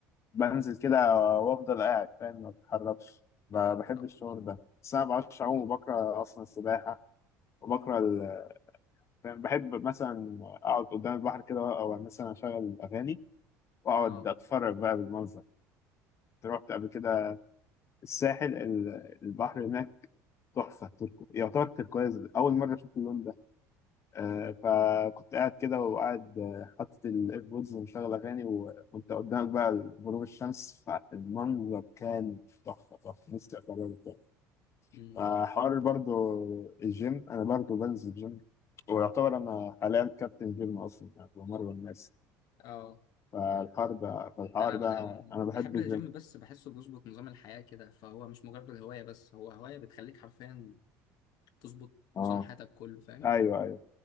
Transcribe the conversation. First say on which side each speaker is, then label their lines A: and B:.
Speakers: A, on the left (about 40°); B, on the left (about 65°).
A: بنزل
B: أمم.
A: كده وافضل قاعد فاهم ما بتحركش ب- بحب
B: اه
A: الشعور ده بس انا ما بعرفش اعوم وبكره اصلا السباحه وبكره ال... فاهم بحب مثلا اقعد قدام البحر كده او مثلا اشغل اغاني واقعد
B: اه
A: اتفرج بقى بالمنظر رحت قبل كده الساحل ال- البحر هناك تحفه تركو يعتبر تركواز اول مره اشوف اللون ده آه، فكنت قاعد كده وقاعد آه، حاطط الايربودز ومشغل اغاني و- وانت قدامك بقى غروب الشمس فالمنظر كان تحفه تحفه نفسي اكرره تاني
B: أمم.
A: فحوار برضو الجيم انا برضو بنزل جيم ويعتبر انا حاليا كابتن جيم اصلا يعني بمرن الناس
B: اه
A: فالحوار ده فالحوار
B: انا
A: ده
B: ب- أنا
A: انا بحب
B: بحب
A: الجيم
B: الجيم بس بحسه بيظبط نظام الحياه كده فهو مش مجرد هوايه بس هو هوايه بتخليك حرفيا تظبط
A: اه
B: نظام حياتك كله فاهم
A: ايوه ايوه